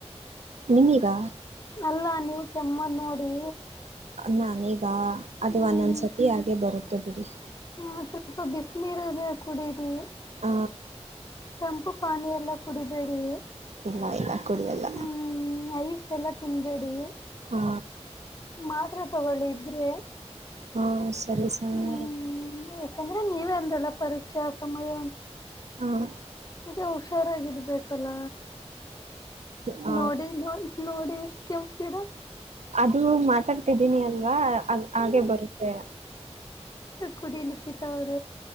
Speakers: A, on the right; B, on the left.
A: ನಿಮೀಗಾ
B: ಅಲ್ಲಾ ನೀವು ಕೆಮ್ಮದ್ ನೋಡಿ
A: ನನಿಗ್ ಅ ಅದು
B: ಹ್ಮ್
A: ಒಂದೊಂದ್ಸತಿ ಹಾಗೆ ಬರುತ್ತೆ <unintelligible>
B: ಅ ಸ್ವಲ್ಪ ಬಿಸಿನೀರು ಇದೆ ಕುಡಿರಿ
A: ಹ
B: ತಂಪು ಪಾನಿ ಎಲ್ಲ ಕುಡಿಬೇಡಿ
A: ಇಲ್ಲ ಇಲ್ಲ ಕುಡಿಯಲ್ಲ
B: ಹ್ಮ ಐಸ್ ಎಲ್ಲ ತಿನ್ಬೇಡಿ
A: ಹಾ
B: ಮಾತ್ರೆ ತಗೊಳ್ಳಿ ಇದ್ರೆ
A: ಹಾ ಸರಿ ಸನ
B: ಹ್ಮ್
A: ಅವರೇ
B: ಯಾಕಂದ್ರೆ ನೀವ ಅಂದ್ರಲ್ಲ ಪರೀಕ್ಷಾ ಸಮಯ
A: ಹ
B: ಹಗೆ ಹುಷಾರಾಗಿರ್ಬೇಕಲ್ಲ
A: ಹ
B: ನೋಡಿ ನೋಡಿ ಎಷ್ಟ ಕೆಮ್ಮತಿರ
A: ಅದು ಮತ್ತ ಮಾತಡ್ತಿದ್ದೀನಿ ಅಲ್ವಾ ಹಾಗೆ ಬರುತ್ತೆ
B: ಕುಡಿಲಿಿಕ್ಕಿತ ಅವ್ರ